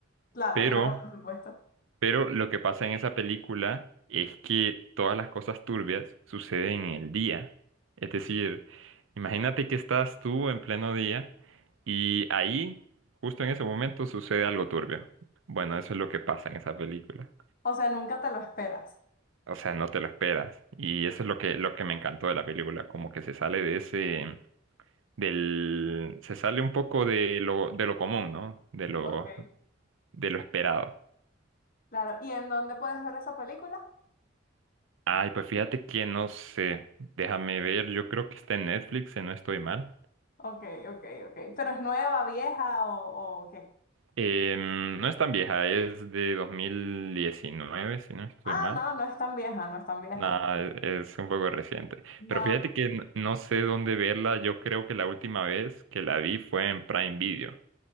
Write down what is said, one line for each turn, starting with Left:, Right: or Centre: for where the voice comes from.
Left: claro,
Right: pero...
Left: claro, por supuesto.
Right: Pero lo que pasa en esa película es que todas las cosas turbias suceden en el día. Es decir, imagínate que estás tú en pleno día y ahí, justo en ese momento, sucede algo turbio. Bueno, eso es lo que pasa en esa película.
Left: O sea, nunca te lo esperas.
Right: O sea, no te lo esperas. Y eso es lo que, lo que me encantó de la película, como que se sale de ese, del, se sale un poco de lo, de lo común, ¿no? De lo,
Left: Ok.
Right: de lo esperado.
Left: Claro. ¿Y en dónde puedes ver esa película?
Right: Ay, pues fíjate que no sé. Déjame ver, yo creo que está en Netflix, si no estoy mal.
Left: Ok, ok, ok. ¿Pero es nueva, vieja o, o qué?
Right: Em, no es tan vieja, es de 2019, si no estoy
Left: Ah,
Right: mal.
Left: no, no es tan vieja, no es tan vieja.
Right: Nada, es es un poco reciente.
Left: No,
Right: Pero fíjate que n- no sé dónde verla. Yo creo que la última vez que la vi fue en Prime Video.